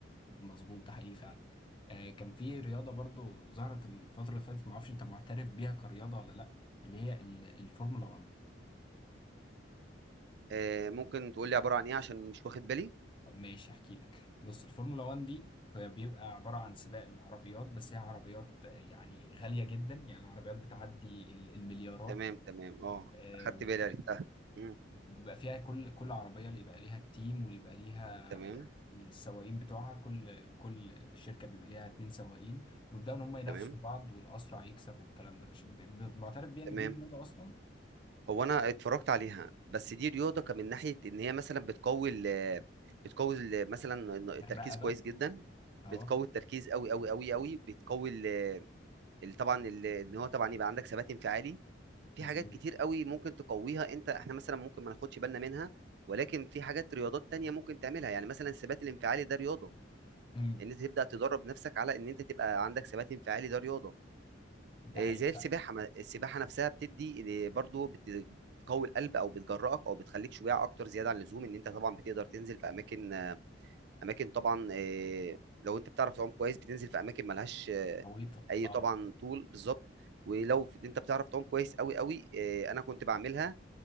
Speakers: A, on the left (about 25°); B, on the right (about 60°).
A: مظبوط ده حقيقي فعلا آه، كان في رياضه برضو ظهرت الفتره اللي فاتت ما اعرفش انت معترف بيها كرياضه ولا لا اللي هي ال- الفورمولا 1
B: آه، ممكن تقول لي عباره عن ايه عشان مش واخد بالي
A: طب ماشي احكي لك بص الفورمولا 1 دي هي بيبقى عبارة عن سباق العربيات بس هي عربيات آه، يعني غالية جدا يعني العربيات بتعدي ال- المليارات
B: تمام تمام اه
A: آه،
B: اخدت بالي عرفتها مم،
A: وبيبقى فيها كل كل عربية اللي يبقى ليها التيم واللي يبقى ليها
B: تمام
A: يعني السواقين بتوعها كل كل شركة بيبقى ليها اتنين سواقين ويبدأوا إن هم ينافسوا
B: تمام
A: بعض والأسرع يكسب والكلام ده مش ب- ب- معترف بيه إن
B: تمام
A: دي رياضة أصلا
B: هو انا اتفرجت عليها بس دي رياضه كان من ناحيه ان هي مثلا بتقوي ال بتقوي ال مثلا التركيز
A: الرقبة
B: كويس جدا
A: أهو
B: بتقوي التركيز قوي قوي قوي قوي بتقوي ال ال- طبعا ال- ان هو طبعا يبقى عندك ثبات انفعالي في
A: مظبوط
B: حاجات كتير قوي ممكن تقويها انت احنا مثلا ممكن ما ناخدش بالنا منها ولكن في حاجات رياضات تانية ممكن تعملها يعني مثلا الثبات الانفعالي ده رياضة
A: مم.
B: ان انت تبدأ تدرب نفسك على ان انت تبقى عندك ثبات انفعالي ده رياضة
A: ده
B: إيه
A: حقيقة
B: زي السباحة ما- السباحة نفسها بتدي إيه برضو بت- بتقوي القلب او بتجرأك او بتخليك شجاع اكتر زيادة عن اللزوم ان انت طبعا بتقدر تنزل في اماكن آه، اماكن طبعا إيه لو انت بتعرف تعوم كويس بتنزل في اماكن ملهاش آه،
A: عويطة
B: اي
A: أه
B: طبعا طول بالظبط ولو انت بتعرف تعوم كويس قوي قوي آه، انا كنت بعملها